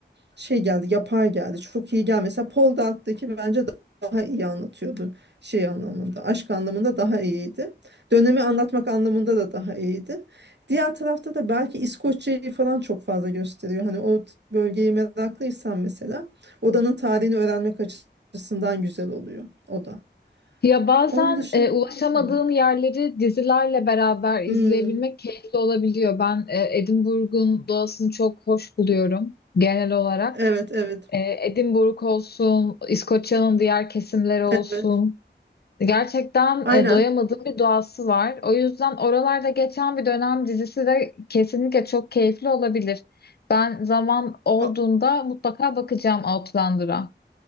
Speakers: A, on the right (about 70°); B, on the left (about 60°).
A: şey geldi yapay geldi çok iyi geldi mesela Paul Dark'taki bence daha iyi anlatıyordu şey anlamında aşk anlamında daha iyiydi dönemi anlatmak anlamında da daha iyiydi diğer tarafta da belki İskoçya'yı falan çok fazla gösteriyor hani o t- bölgeyi meraklıysan mesela odanın tarihini öğrenmek açısından güzel oluyor o da
B: Ya bazen
A: onun dışında
B: e, ulaşamadığın
A: Hmm.
B: yerleri dizilerle beraber izleyebilmek
A: Hmm.
B: keyifli olabiliyor. Ben e, Edinburgh'un doğasını çok hoş buluyorum genel olarak.
A: evet evet
B: E, Edinburgh olsun, İskoçya'nın diğer kesimleri olsun.
A: evet
B: Gerçekten
A: aynen
B: e, doyamadığım bir doğası var. O yüzden oralarda geçen bir dönem dizisi de kesinlikle çok keyifli olabilir. Ben zaman olduğunda
A: A-
B: mutlaka bakacağım Outlander'a.